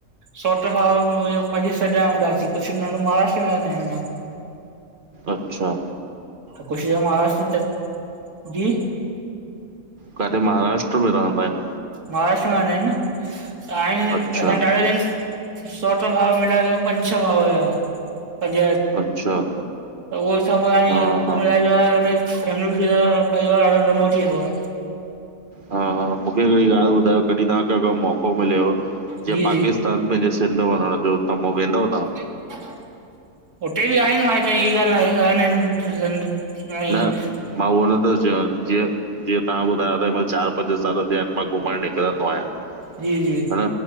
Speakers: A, on the right; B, on the right.
A: सौट् भा पॼी सॼा हूंदासीं, कुछ त महाराष्ट्र में रंहदा आहियूं।
B: अचछा
A: कुछ त महाराष्ट्र जी
B: काॾे महाराष्ट्र में रहंदा आहिन?
A: महाराष्ट्र में रहंदा आहिन न काॾे
B: अच्छा,
A: असांजे ॾाढा जन सौट भाऊ मिलाए करे पंॼ छह भाऊ हुया पंज
B: अच्छा
A: उह सभ आए
B: हा,
A: मिलाए
B: हा
A: ॼुलाए करे परिवार ॾाढों लम्बो थी वेंदो आ।
B: हा, हा, मूंखे हिकड़ी ॻाल्हि ॿुधायो कॾहिं तव्हांखे अगर मौको मिलेव
A: जी
B: जे पाकिस
A: जी
B: तान पंहिंजे सिंध वञण जो त वेंदव तव्हां।
A: <unintelligible>
B: न, मां उहो नथो चवा जीअ जीअं तव्हां ॿुधायो त चार पंज साल थया मां घुमण निकिरंदो आहियां।
A: जी, जी।
B: हा न